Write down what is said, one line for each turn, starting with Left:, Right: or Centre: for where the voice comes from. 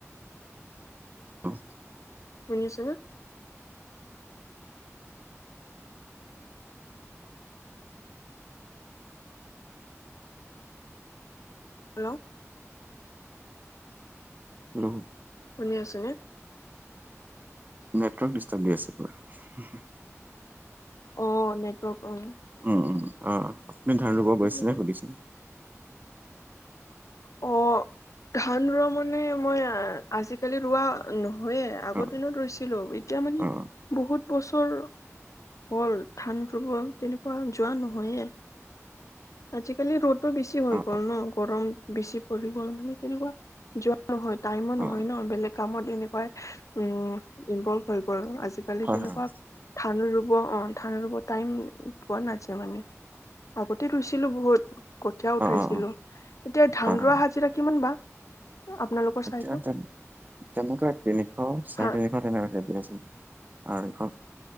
Right: উম।
Left: শুনিছানে? হেল্ল'?
Right: নুশু।
Left: শুনি আছেনে?
Right: নেটৱৰ্ক ডিষ্টাৰ্ব দি আছে পুৰা।
Left: অ', নেটৱৰ্ক অ'।
Right: উম-উম অ'-অ', আপুনি ধান ৰুব গৈছে
Left: অ
Right: নে সুধিছে?
Left: অ', ধান ৰোৱা মানে মই আজিকালি ৰোৱা নহয়ে, আগৰ
Right: অ
Left: দিনত ৰুইছিলোঁ‌, এতিয়া মানে
Right: অ
Left: বহুত বছৰ হ'ল, ধান ৰুব তেনেকুৱা যোৱা নহয়ে। আজিকালি ৰ'দো বেছি হৈ
Right: অ
Left: গ'ল ন, গৰম বেছি পৰি গ'ল মানে তেনেকুৱা। যোৱা নহয় টাইমো নহয়
Right: অ অ
Left: ন, বেলেগ কামত এনেকুৱাই উম ইনভল্ভ হৈ গ'ল আজিকালি
Right: হয়
Left: তেনেকুৱা
Right: হয়
Left: ধান ৰুব অ', ধান ৰুব টাইম পোৱা নাযায় মানে। আগতে ৰুইছিলোঁ‌ বহুত, কঠীয়া উঠাইছিলোঁ।
Right: অ অ অ
Left: এতিয়া ধান
Right: হয় হয়
Left: ৰোৱা হাজিৰা কিমান বা? আপোনালোকৰ চাইডত
Right: এতিয়া তেন তেনেকৈ তিনিশ, চাৰে
Left: ধান
Right: তিনিশ, তেনেকাৱাকে দি আছে, আঢ়ৈশ।